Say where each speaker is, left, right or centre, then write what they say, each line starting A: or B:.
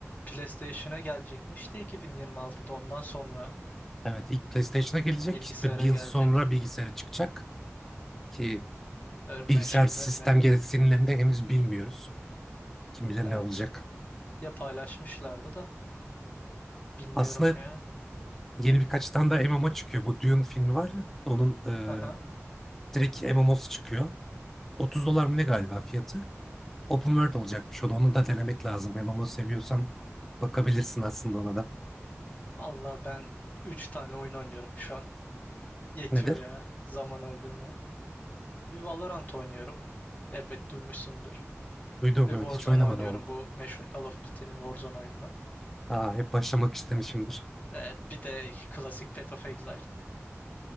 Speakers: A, on the left; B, in the centre.
A: PlayStation'a gelecekmiş de 2026'da ondan sonra
B: Evet ilk PlayStation'a gelecek.
A: bilgisayara
B: İşte bir yıl
A: gelecek.
B: sonra bilgisayara çıkacak. Ki
A: Ölme
B: bilgisayar
A: şeyim
B: sistem
A: ölme.
B: gereksinimlerini de henüz bilmiyoruz. Kim bilir
A: Evet.
B: ne olacak.
A: Ya paylaşmışlardı da bilmiyorum
B: Aslında
A: ya.
B: yeni birkaç tane daha MMO çıkıyor. Bu Dune filmi var ya onun e,
A: Aha.
B: direkt MMO'su çıkıyor. 30 dolar mı ne galiba fiyatı? Open World olacakmış o da. Onu da denemek lazım. MMO seviyorsan bakabilirsin aslında ona da.
A: Vallahi ben üç tane oyun oynuyorum şu an. Yetiyor
B: Nedir?
A: ya zaman öldürmeye. Bir Valorant oynuyorum. Elbet duymuşsundur.
B: Duydum
A: Bir Warzone
B: evet hiç oynamadım
A: oynuyorum
B: ama.
A: bu meşhur Call of Duty'nin Warzone oyununu.
B: Aa hep başlamak istemişimdir.
A: Evet, bir de klasik Path of Exile.